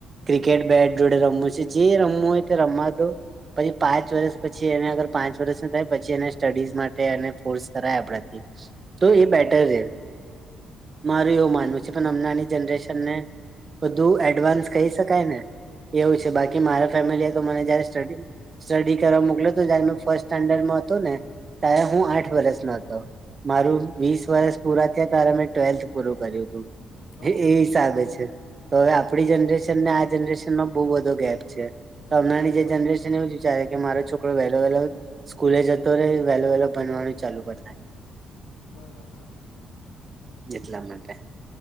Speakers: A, on the right; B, on the left.
A: ક્રિકેટ બેટ જોડે રમવું છે, જે રમવું ઓય તે રમવા દો, પહી પાંચ વરસ પછી એને અગર પાંચ વરસ ન થાય, પછી એને સ્ટડીઝ માટે એને ફોર્સ કરાય આપણાથી તો એ બેટર રે, મારે એવું માનવું છે, પણ હમનાની જનરેશનને બધું એડવાન્સ કહી શકાય ને, એવું છે બાકી મારા ફેમિલી એ તો મને જયારે સ્ટડી સ્ટડી કરવા મોકલ્યો તો, જયારે મે ફર્સ્ટ સ્ટાન્ડર્ડમાં હતો ને ત્યારે હું આઠ વરસનો હતો. મારું વીસ વરસ પૂરા થ્યા, ત્યારે મેં ટ્વેલ્થ પૂરું કર્યું તું.
B: ઓહો
A: એ એ હિસાબે છે. તો અવે આપણી જનરેશનને આ જનરેશનમાં બઉ બધો ગેપ છે. તો અમનાની જે
B: હા
A: જનરેશન એવું જ વિચારે કે મારો છોકરો વહેલો વહેલો સ્કૂલે જતો રે, વહેલો વહેલો ભણવાનું ચાલુ કર નાખે
B: બરાબર.
A: જેટલા માટે,